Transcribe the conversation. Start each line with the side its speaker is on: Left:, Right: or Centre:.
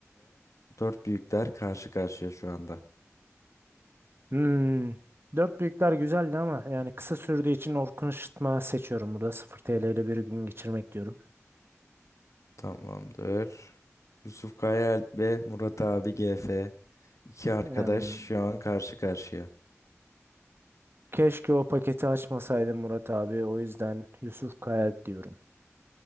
Left: dört büyükler karşı karşıya şu anda.
Right: Hmm. Dört büyükler güzeldi ama yani kısa sürdüğü için Orkun Işıtma seçiyorum burada. 0 TL ile bir gün geçirmek diyorum.
Left: Tamamdır. Yusuf Kayaalp ve Murat abi GF. İki arkadaş
Right: Hmm,
Left: şu an karşı karşıya.
Right: Keşke o paketi açmasaydım Murat abi. O yüzden Yusuf Kayalp diyorum.